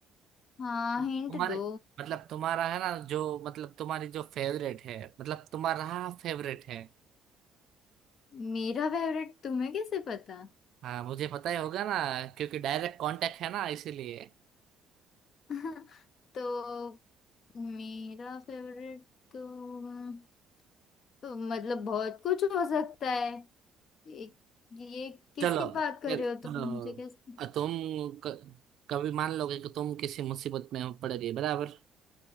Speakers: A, on the left; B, on the right.
A: हाँ हिंट
B: तुम्हारे
A: दो
B: मतलब तुम्हारा है ना जो मतलब तुम्हारी जो फेवरेट है मतलब तुम्हारा फेवरेट है
A: मेरा फेवरेट तुम्हें कैसे पता
B: हाँ मुझे पता ही होगा ना क्योंकि डायरेक्ट कांटेक्ट है ना इसीलिए
A: <laughs> तो मेरा फेवरेट तो, अम, तो मतलब बहुत कुछ हो सकता है एक ये किसकी
B: चलो
A: बात कर
B: चलो
A: रहे हो तुम मुझे कैसे
B: अ, तुम क, कभी मान लोगे कि तुम किसी मुसीबत में पड़ रही है बराबर